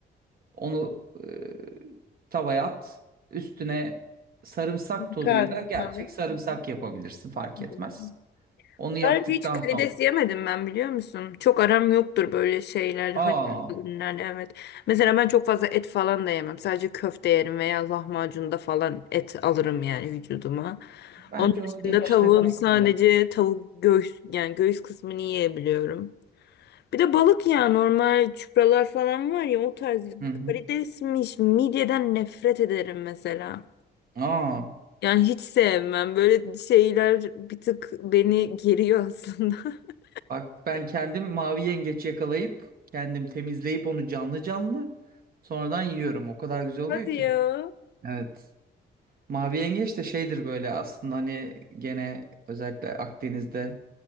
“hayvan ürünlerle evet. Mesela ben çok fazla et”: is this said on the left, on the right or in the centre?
Left